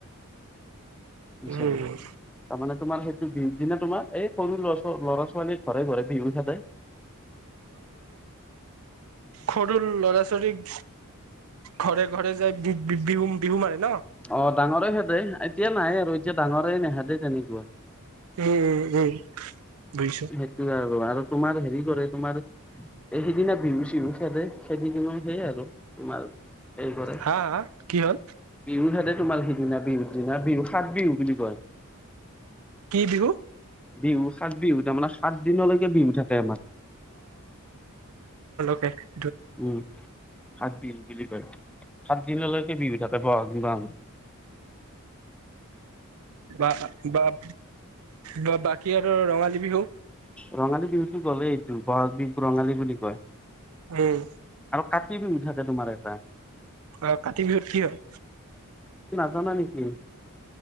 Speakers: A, in the centre; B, on the right.
A: বিচাৰে
B: উম
A: তাৰ মানে তোমাৰ সেইটো বি দিনা তোমাৰ এই সৰু লৰা ছ ল'ৰা ছোৱালীৰ ঘৰে ঘৰে বিহু থাকে।
B: সৰুৰ ল'ৰা ছোৱালীক ঘৰে ঘৰে যাই বি বিহু বিহু মাৰে ন।
A: অ ডাঙৰে খেতে এতিয়া নাই আৰু এতিয়া ডাঙৰেই নেহেদে তেনেকুৱা।
B: উম উম উম। বুজিছো
A: সেইটো আৰু আৰু তোমাৰ হেৰি কৰে তোমাৰ এই সিদিনা বিহু চিহু খেদে খেদি কিনো সেইয় আৰু তোমাৰ এই কৰে
B: হা হা কি হ'ল
A: বিহু খাতে তোমাৰ দিনা বিহু দিনা বিহু সাত বিহু বুলি কয়।
B: কি বিহু?
A: বিহু সাত বিহু তাৰমানে সাত দিনলৈকে বিহু থাকে আমাৰ।
B: এক
A: উম হাত বিল বুজি কয়। সাত দিনলৈকে বিহু থাতে বহাগ মাহ
B: বা বাব বা বাকী ৰঙালী বিহু
A: ৰঙালী বিহুতটো গ'লেই এইটো বহাগ বিহু ৰঙালী বুলি কয়।
B: উম।
A: কাটি বিহু থাকে তোমাৰ এটা।
B: অ কাতি বিহুত কি হয়?
A: জানা নেকি?